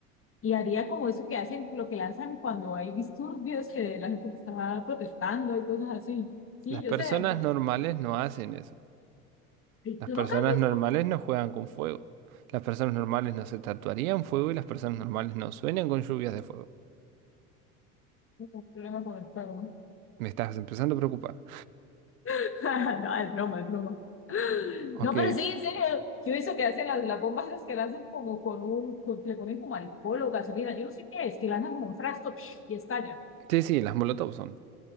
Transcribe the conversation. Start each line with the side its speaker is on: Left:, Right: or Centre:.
Left: y haría como eso que hacen, lo que lanzan cuando hay disturbios, que la gente está protestando y cosas así. Sí,
Right: Las
Left: yo
Right: personas
Left: sé, no,
Right: normales no hacen eso. Las
Left: tú
Right: personas
Left: nunca has visto
Right: normales no juegan con fuego. Las personas normales no se tatuarían fuego y las personas normales no sueñan con lluvias de fuego.
Left: un problema con el fuego.
Right: Me estás empezando a preocupar.
Left: <laughs> No, es broma, es broma.
Right: Ok.
Left: No, pero sí, en serio, yo he visto que hacen las, las bombas esas que lanzan como con un, con, que le ponen como alcohol o gasolina, yo no sé qué es, que lanzan como un frasco psh, y estalla.
Right: Sí, sí, las molotov son.